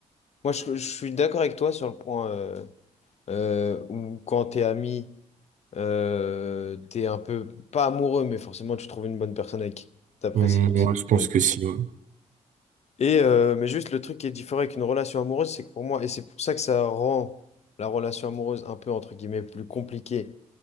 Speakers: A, on the left; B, on the right.
A: moi, je, je suis d'accord avec toi sur le point. euh, euh, ou quand t'es ami, euh, t'es un peu, pas amoureux, mais forcément tu trouves une bonne personne avec qui t'apprécies
B: Hum,
A: passer
B: ouais,
A: du
B: je pense
A: temps et
B: que
A: tout.
B: si. Ouais.
A: Et, euh, mais juste le truc qui est différent avec une relation amoureuse, c'est que pour moi, et c'est pour ça que ça rend la relation amoureuse un peu, entre guillemets, plus compliquée